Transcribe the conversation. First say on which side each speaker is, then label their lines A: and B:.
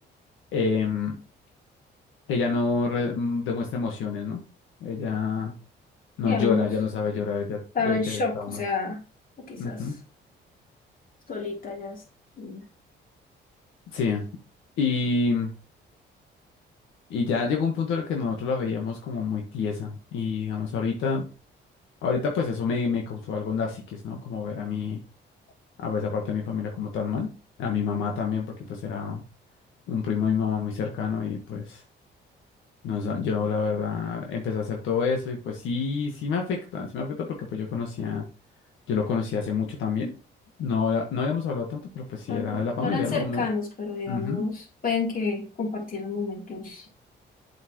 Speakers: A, on the left; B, on the left.
A: em, ella no re- mm, demuestra emociones, ¿no? Ella no
B: Digamos,
A: llora, ya no sabe llorar, ella
B: estaba
A: debe
B: en
A: tener
B: shock,
A: traumas.
B: o sea, o quizás.
A: Ujú.
B: solita ya. es- mm,
A: Sí. Y, y ya llegó un punto en el que nosotros la veíamos como muy tiesa. Y digamos, ahorita, ahorita pues eso me, me causó algo en la psiquis, ¿no? Como ver a mí a esa parte de mi familia como tan mal. A mi mamá también, porque pues era. un primo de mi mamá muy cercano y pues nos, da- yo la verdad empecé a hacer todo eso y pues sí, sí me afecta, sí me afecta porque pues yo conocía, yo lo conocía hace mucho también. No, había- no habíamos hablado tanto, pero pues sí
B: No,
A: era
B: no
A: de la familia,
B: no eran cercanos,
A: ¿no? Uno,
B: pero digamos,
A: ujú,
B: pueden que compartieron momentos